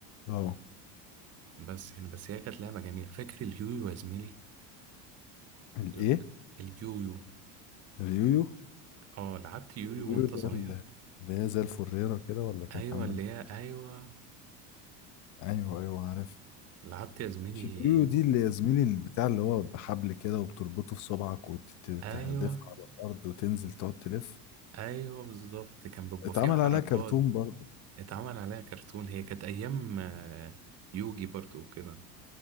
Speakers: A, on the left (about 40°); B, on the right (about 30°).
A: اه
B: بس يعني بس هي كانت لعبة جميلة فاكر اليويو يا زميلي
A: الايه
B: ال- اليويو
A: اليويو
B: اه لعبت يويو
A: اليويو
B: وانت
A: ده
B: صغير
A: اللي اللي هي زي الفريره كده ولا كانت
B: ايوه
A: عامله
B: اللي
A: ازاي
B: هي ايوه
A: ايوه ايوه عارف
B: لعبت يا زميلي
A: الشديو
B: يويو
A: دي اللي يا زميلي اللي بتاع اللي هو بحبل كده وبتربطه في صبعك وتحدفها
B: ايوه
A: على الأرض وتنزل تقعد تلف
B: ايوه بالظبط كان بيبقى
A: اتعمل
B: فيه حركات
A: عليها كرتون برضه
B: اتعمل عليها كرتون هي كانت ايام آه، يوجي برضو وكده